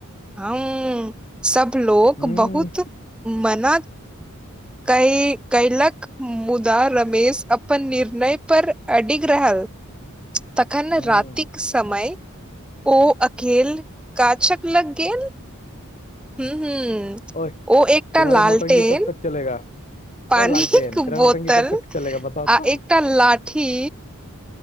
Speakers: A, in the centre; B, on the left (about 35°).
A: हहूँ सब लोक
B: हूं
A: बहुत मना
B: <inaudible>
A: कइ कयलक मुदा रमेश अपन निर्णय पर अडिग रहल
B: <inaudible>
A: तखन
B: हूं
A: रातिक समय ओ अकेल गाछक लग गेल हूँ हूँ
B: ओए
A: ओ एकटा
B: तुम्हारा
A: लालटेन
B: नौटंकी कब तक चलेगा
A: पानिक
B: ओ लालटेन तेरा
A: बोतल
B: नौटंकी कब तक चलेगा बताओ
A: आ
B: तो
A: एकटा लाठी